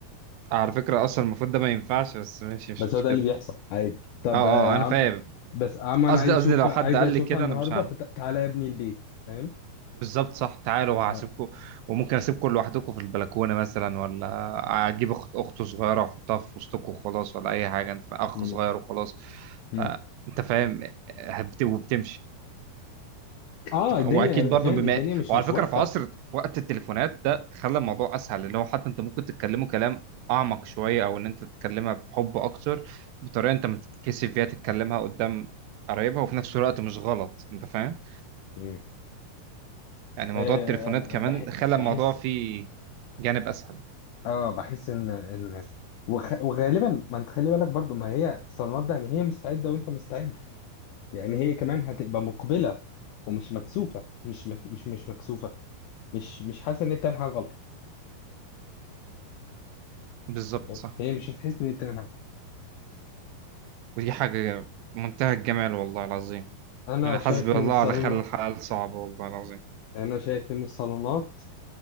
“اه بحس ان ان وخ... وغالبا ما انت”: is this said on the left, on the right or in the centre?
Left